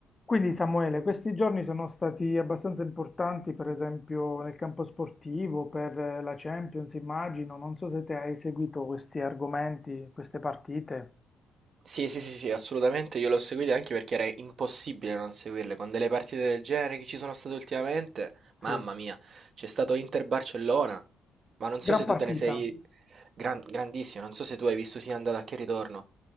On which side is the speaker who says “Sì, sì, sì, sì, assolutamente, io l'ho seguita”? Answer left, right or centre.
Right